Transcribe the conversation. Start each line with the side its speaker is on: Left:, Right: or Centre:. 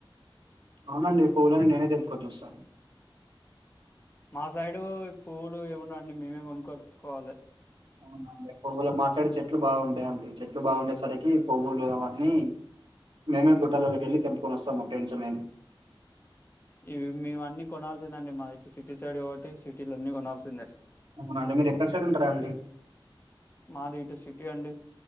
Right: అవునండి పువ్వులని నేనే తెంపుకోని జుస్తా
Left: మా సైడు ఈ పువ్వులు ఏముండవండి మేమే కొనుక్కొచ్చుకోవాలే
Right: అవునండి పువ్వులు మా సైడ్ చెట్లు బావుంటాయండి చెట్లు బాగుండేసరికి పువ్వులు అవన్నీ మేమే గుట్టలల్లకెళ్ళి తెంపుకొని వస్తాం మా ఫ్రెండ్స్ మేము
Left: ఇవి మేము అన్ని కొనాల్సిందండి మాది ఇటు సిటీ సైడ్ కాబట్టి సిటీల అన్ని కొనాల్సిందే
Right: అవునా అండి మీరు ఎక్కడ సైడ్ ఉంటారండి
Left: మాది ఇటు సిటీ అండి